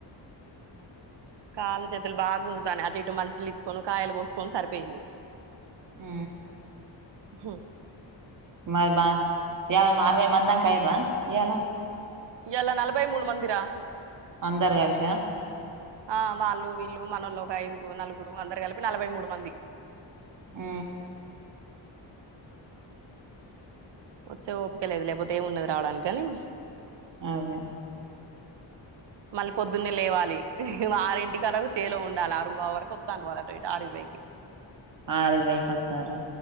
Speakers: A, on the right; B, on the right.
A: కాళ్ళ చేతులు బాగా ఉంచుతాని అటు ఇటు మషులు ఇచ్చుకొని కాయలు పోసుకొని సరిపోయింది
B: ఆ
A: హ
B: మ ఏయాై అరవై మందిందా కై ఇయాల
A: ఇలా నలభై మూడు మందిరా
B: అందరు కలిసా
A: ఆ వాళ్ళు వీళ్ళు మనళ్ళు ఒక ఐదుగురు నలుగురు అందరు కలిపి నలభై మూడు మంది
B: ఆ
A: వచ్చే ఓపిక లేదు లేకపోతే ఏమి ఉన్నది రావడానికి కాని
B: అదే
A: మళ్ళీ పొద్దున్నే లేవాలి ఆరింటిరకి కేలాగ సేలో ఉండాల ఆరుం బావు వరకు వస్తాండ్రు అటు ఇటు ఆరై ఇరవై
B: ఆరు ఇరువైకి ఒత్తార్ర